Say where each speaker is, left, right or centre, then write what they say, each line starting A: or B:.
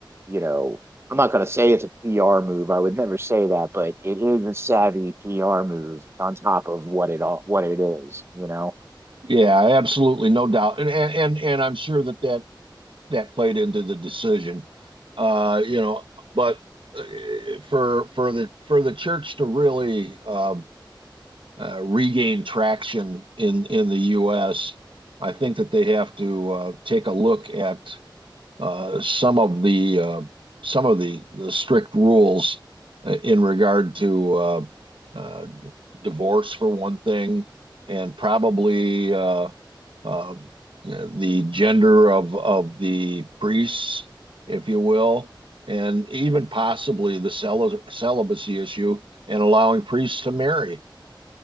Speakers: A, on the right; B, on the right.
A: you know, I'm not going to say it's a PR move. I would never say that, but it is a savvy PR move on top of what it all what it is. You know,
B: Yeah, absolutely, no doubt. And and and, and I'm sure that that that played into the decision. Uh, you know, but uh, for for the for the church to really um, uh, regain traction in in the U.S., I think that they have to uh, take a look at uh, some of the uh, some of the, the strict rules uh, in regard to uh, uh, divorce, for one thing, and probably uh, uh, the gender of of the priests, if you will, and even possibly the cel- celibacy issue and allowing priests to marry.